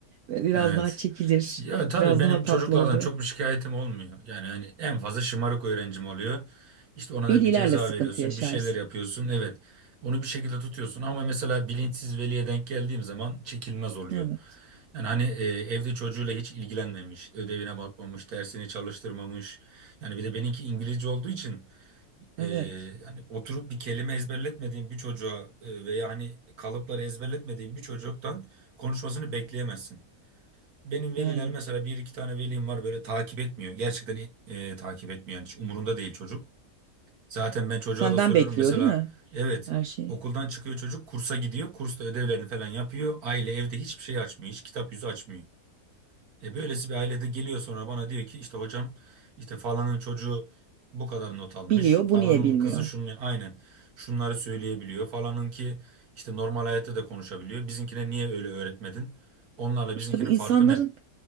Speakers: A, on the right; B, on the right.
A: e, biraz
B: Evet.
A: daha çekilir,
B: Ya tabii
A: biraz
B: benim
A: daha tatlı
B: çocuklardan
A: oluyor.
B: çok bir şikayetim olmuyor. Yani hani en fazla şımarık öğrencim oluyor. İşte ona
A: Velilerle
B: da bir ceza
A: sıkıntı
B: veriyorsun,
A: yaşarsın.
B: bir şeyler yapıyorsun. Evet, onu bir şekilde tutuyorsun ama mesela bilinçsiz veliye denk geldiğim zaman çekilmez oluyor.
A: Evet,
B: Yani hani e, evde çocuğuyla hiç ilgilenmemiş, ödevine bakmamış, dersini çalıştırmamış. Yani bir de benimki İngilizce olduğu için
A: evet
B: e, yani oturup bir kelime ezberletmediğim bir çocuğa e, veya hani kalıpları ezberletmediğim bir çocuktan konuşmasını bekleyemezsin. Benim
A: yani.
B: veliler mesela bir iki tane velim var böyle takip etmiyor. Gerçekten e, takip etmiyor. Yani hiç umurunda değil çocuk. Zaten ben çocuğa
A: Senden
B: da soruyorum
A: bekliyor
B: mesela
A: değil mi?
B: evet
A: Her şeyi.
B: okuldan çıkıyor çocuk kursa gidiyor. Kursta ödevlerini falan yapıyor. Aile evde hiçbir şey açmıyor. Hiç kitap yüzü açmıyor. E böylesi bir ailede geliyor sonra bana diyor ki işte hocam işte falanın çocuğu bu kadar not almış.
A: Biliyor,
B: Falanın
A: bu niye bilmiyor?
B: kızı şunu aynen şunları söyleyebiliyor. Falanın ki işte normal hayatta da konuşabiliyor. Bizimkine niye öyle öğretmedin? Onlarla
A: İşte
B: bizimkinin
A: bu insanların
B: farkı ne?